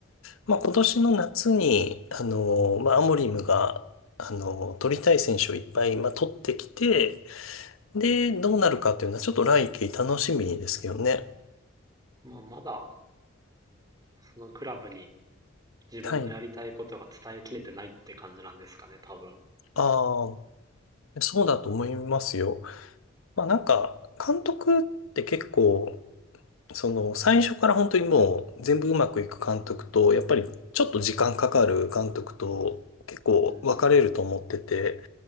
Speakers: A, on the left; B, on the right.
A: まあ、今年の夏に、あの、まあ、アモリムが、あの、取りたい選手をいっぱい、まあ、取ってきて、で、どうなるかっていうのは、ちょっと来季楽しみですけどね。
B: まあ、まだ、そのクラブに自分のやりたいことが伝えきれてないって感じなんですかね、
A: はい。
B: 多分。
A: ああ、そうだと思いますよ。まあ、なんか、監督って結構、その、最初から本当にもう、全部うまくいく監督と、やっぱり、ちょっと時間かかる監督と、結構分かれると思ってて、
B: うん。